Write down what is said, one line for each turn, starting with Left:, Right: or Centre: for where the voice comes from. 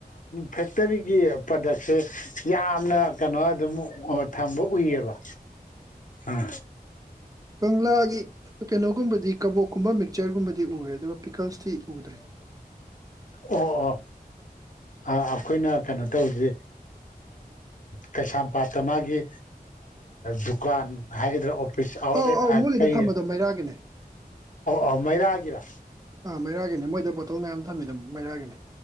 Left: ꯐꯦꯛꯇꯔꯤꯒꯤ꯭ꯔ ꯄꯗꯛꯁꯦ ꯌꯥꯝꯅ ꯀꯩꯅꯣ ꯑꯗꯨꯝ ꯊꯝꯕ ꯎꯏꯌꯦꯕ ꯑꯝ
Right: ꯀꯪꯂꯒꯤ ꯀꯩꯅꯣ ꯑꯗꯨꯒꯨꯝꯕꯗꯤ ꯀꯕꯣꯛꯀꯨꯝꯕ ꯃꯤꯛꯆꯔꯒꯨꯝꯕꯗꯤ ꯎꯔꯦ ꯑꯗꯨꯒ ꯄꯤꯀꯜꯁꯇꯤ ꯎꯗ꯭ꯔꯦ
Left: ꯑꯣ ꯑꯣ ꯑ ꯑꯩꯈꯣꯏꯅ ꯀꯩꯅꯣ ꯇꯧꯁꯦ ꯀꯩꯁꯥꯝꯄꯥꯠꯇ ꯃꯥꯒꯤ ꯗꯨꯀꯥꯟ ꯍꯥꯏꯒꯗ꯭ꯔꯥ ꯁ ꯑꯥꯎꯠꯂꯦꯠ
Right: ꯑꯧ ꯑꯧ ꯃꯣꯏꯒꯤꯗ
Left: ꯀꯩ
Right: ꯊꯝꯕꯗꯣ ꯃꯩꯔꯥꯒꯤꯅꯦ
Left: ꯑꯣ ꯃꯩꯔꯥꯒꯤꯔꯥ
Right: ꯃꯩꯔꯥꯒꯤꯅꯤ ꯃꯣꯏꯗ ꯕꯣꯇꯜ ꯃꯌꯥꯝ ꯊꯝꯃꯤ ꯑꯗꯨꯝ ꯃꯩꯔꯥꯒꯤꯅꯤ